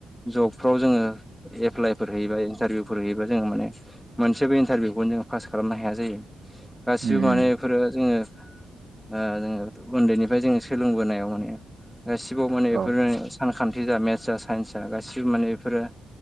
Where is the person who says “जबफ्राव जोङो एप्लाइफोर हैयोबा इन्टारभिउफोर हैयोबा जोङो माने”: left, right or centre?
Centre